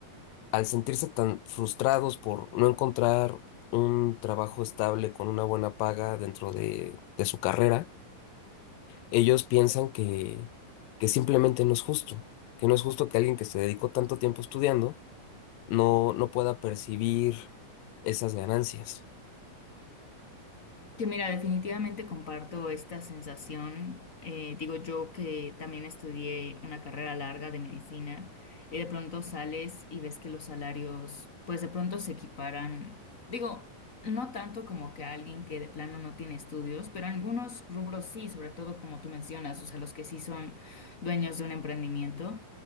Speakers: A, on the left; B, on the left.
A: al sentirse tan frustrados por no encontrar un trabajo estable con una buena paga dentro de, de su carrera, ellos piensan que, que simplemente no es justo, que no es justo que alguien que se dedicó tanto tiempo estudiando no, no pueda percibir esas ganancias.
B: Que mira, definitivamente comparto esta sensación. Eh, digo yo que también estudié una carrera larga de medicina y de pronto sales y ves que los salarios pues de pronto se equiparan. Digo, no tanto como que a alguien que de plano no tiene estudios, pero en algunos rubros sí, sobre todo como tú mencionas, o sea, los que sí son dueños de un emprendimiento.